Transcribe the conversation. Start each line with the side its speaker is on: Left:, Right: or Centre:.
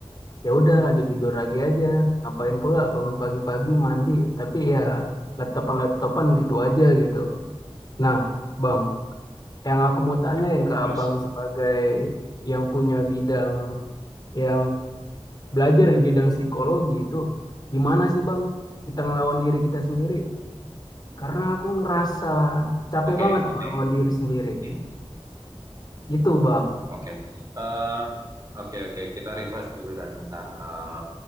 Left: ya udah lanjut tidur lagi aja. Ngapain pula bangun pagi-pagi mandi, tapi ya laptopan-laptopan gitu aja gitu. Nah, Bang, Yang aku mau tanyain ke
Right: terus?
Left: abang sebagai yang punya bidang, yang belajar di bidang psikologi itu, gimana sih bang kita ngelawan diri kita sendiri? Karena aku ngerasa capek
Right: Oke,
Left: banget ngelawan
Right: nih.
Left: diri sendiri.
Right: Hmm?
Left: Itu bang,
Right: Oke. Eh, oke oke, kita refresh dulu dah benar. Eh,